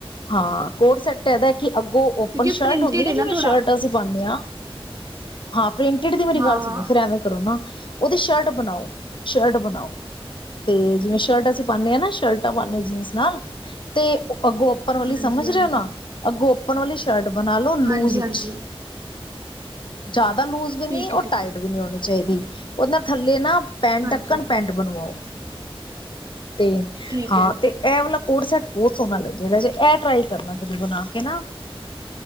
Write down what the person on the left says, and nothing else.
ਹਾਂ, ਕੋਡ ਸੈੱਟ ਤੇ ਐਦਾ ਕਿ ਅੱਗੋਂ ਔਪਨ
ਸ਼ਰਟ
ਹੁੰਦੀ ਏ ਨਾ, ਜਿਵੇਂ
ਸ਼ਰਟ ਅਸੀਂ ਪਾਣੇ ਆਂ। ਹਾਂ, ਪ੍ਰਿੰਟਿਡ ਦੀ ਮੇਰੀ
ਗੱਲ
ਸੁਣੋ ਫਿਰ ਐਵੇਂ ਕਰੋ ਨਾ, ਔਦੀ ਸ਼ਰਟ ਬਣਾਓ ਸ਼ਰਟ ਬਣਾਓ। ਤੇ ਜਿਵੇਂ
ਸ਼ਰਟ
ਅਸੀਂ ਪਾਣੇ ਆਂ ਨਾ, ਸ਼ਰਟਾਂ ਪਾਣੇ ਆਂ ਜੀਨਸ ਨਾਲ ਤੇ ਅੱਗੋਂ ਔ ਔਪਣ ਵਾਲੀ
ਸਮਝ
ਰੇ ਹੋ ਨਾ, ਅੱਗੋਂ ਔਪਣ ਵਾਲੀ ਸ਼ਰਟ ਬਣਾ ਲੋ ਲੂਜ
ਇਚ।
ਜੈਦਾ ਲੂਜ ਵੀ
ਨੀ, ਔਰ
ਟਾਈਟ
ਵੀ ਨੀ ਹੋਣੀ ਚਾਈਦੀ, ਔਦੇ ਨਾਲ ਥੱਲੇ ਨਾ ਪੈਂਟ
ਅਕਣ ਪੈਂਟ ਤੇ ਬਣਵਾਓ, ਤੇ
ਹਾਂ
ਤੇ ਐ ਵਾਲਾ ਕੋਡ ਸੈਟ ਬੌਤ ਸੋਣਾ ਲੱਗੇਗਾ, ਜੇ ਐ ਟਰਾਈ ਕਰਨਾ ਕਦੇ ਬਣਾ ਕੇ ਨਾ।